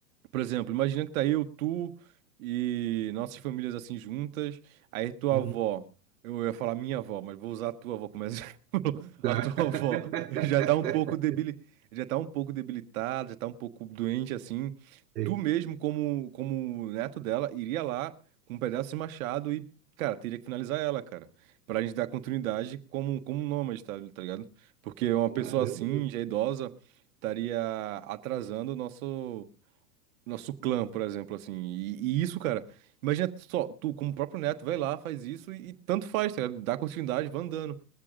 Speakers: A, on the right (about 55°); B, on the right (about 75°).
A: por exemplo, imagina que tá eu, tu e nossas famílias assim juntas. Aí tua
B: Uhum.
A: avó, eu ia falar minha avó, mas vou usar a tua avó como exemplo. <laughs>
B: Tá.
A: A tua
B: <laughs>
A: avó já tá um pouco debili... já tá um pouco debilitada, já tá um pouco doente assim.
B: Sei.
A: Tu mesmo, como, como neto dela, iria lá com um pedaço de machado e, cara, teria que finalizar ela, cara. Pra gente dar continuidade como, como nômade, tá, tá ligado? Porque uma
B: Caramba.
A: pessoa assim, já idosa, estaria atrasando o nosso. Nosso clã, por exemplo, assim. E, e isso, cara, imagina só, tu, como próprio neto, vai lá, faz isso e, e tanto faz, tá ligado? Dá continuidade, vai andando,